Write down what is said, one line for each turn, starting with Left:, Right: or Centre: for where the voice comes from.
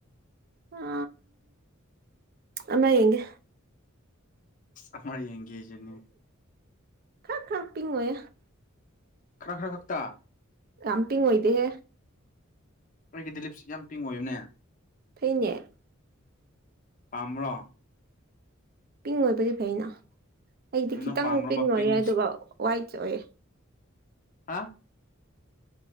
Right: ꯑ ꯑꯃ ꯌꯦꯒꯦ
Left: ꯑꯔ ꯑꯦꯡꯒꯦꯖꯅꯤ
Right: ꯈꯥ ꯈꯥ ꯄꯤꯉꯦ
Left: ꯈꯔ ꯈꯔ ꯈꯛꯇ
Right: ꯀꯝꯄꯤꯡ ꯑꯣꯏꯗ ꯍꯦ
Left: ꯑꯩꯒꯤ ꯗꯤꯂꯤꯞꯁꯤ ꯌꯥꯝ ꯄꯤꯡ ꯑꯣꯏꯕꯅꯦ
Right: ꯊꯩꯅꯦꯦ
Left: ꯄꯥꯝ꯭ꯔꯣ
Right: ꯄꯤꯡ ꯑꯣꯏꯕꯗꯤ ꯐꯩꯅ ꯑꯩꯗꯤ
Left: ꯑꯗꯨ
Right: ꯈꯤꯇꯪ
Left: ꯅꯪ ꯄꯥꯝꯕ꯭ꯔꯕ
Right: ꯄꯤꯡ ꯑꯣꯏꯌꯦꯦ
Left: ꯂꯤꯞꯁ
Right: ꯑꯗꯨꯒ ꯋꯥꯏꯠꯁꯨ ꯑꯣꯏꯌꯦꯦ
Left: ꯍꯥ